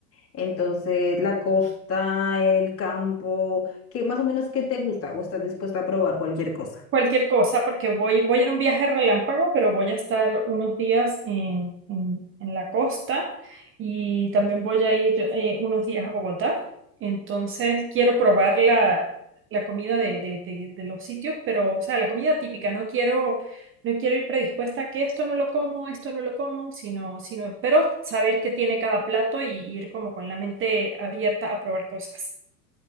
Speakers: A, on the left (about 30°); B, on the right (about 25°).
A: entonces la costa, el campo, ¿qué más o menos qué te gusta o estás dispuesta a probar cualquier cosa?
B: cualquier cosa, porque voy, voy en un viaje relámpago, pero voy a estar unos días en, en- en la costa y también voy a ir eh, unos días a Bogotá. Entonces quiero probar la, la comida de, de- de- de los sitios, pero, o sea, la comida típica. No quiero, no quiero ir predispuesta a que esto no lo como, esto no lo como, sino, sino, pero saber qué tiene cada plato y ir como con la mente abierta a probar cosas.